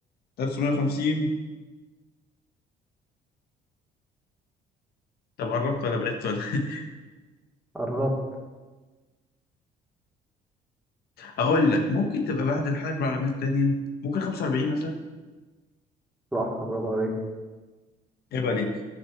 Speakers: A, on the left (about 70°); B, in the centre.
A: 1950 طب قربت ولا بعدت ولا <laughs>
B: قربت
A: أقول لك ممكن تبقى بعد الحرب العالمية التانية ممكن 45 مثلا
B: صح برافو عليك
A: عيب عليك